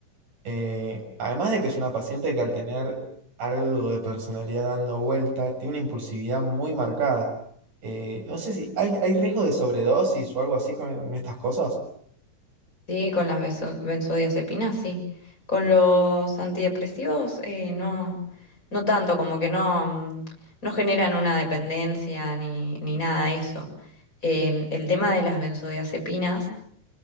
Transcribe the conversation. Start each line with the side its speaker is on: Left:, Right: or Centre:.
Right: Eh, además de que es una paciente que al tener algo de personalidad dando vuelta, tiene una impulsividad muy marcada. Eh, no sé si hay, hay riesgo de sobredosis o algo así con en estas cosas.
Left: Sí, con las beso- benzodiazepinas, sí. Con los antidepresivos, eh, no, no tanto, como que no, mm, no generan una dependencia ni, ni nada de eso. Em, el tema de las benzodiazepinas,